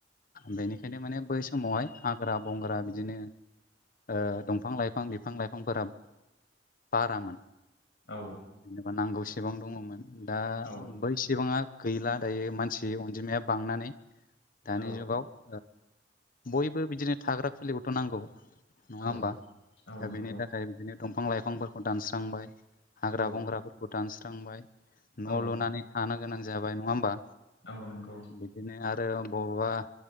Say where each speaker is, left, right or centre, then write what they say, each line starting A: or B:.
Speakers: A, on the left; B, on the left.
A: बेनिखायनो माने बै समावहाय हाग्रा बंग्रा बिदिनो ओ दंफां लाइफां बिफां लाइफांफोरा बारामोन
B: औ
A: जेनेबा नांगौसेबां दङमोन दा
B: औ
A: बैसेबाङा गैला दायो मानसि अनजिमाया बांनानै दानि
B: औ
A: जुगाव बयबो बिदिनो थाग्रा खुलिखौथ' नांगौ। नङा
B: औ
A: होमबा
B: औ
A: दा
B: नंगौ
A: बेनि थाख खाय बिदिनो दंफां लाइफांफोरखौ दानस्रांबाय हाग्रा
B: औ
A: बंग्राफोरखौ दानस्रांबाय न'
B: औ
A: लुनानै थानो गोनां जाबाय नङा होमबा।
B: औ नंगौ।
A: बिदिनो आरो बबावबा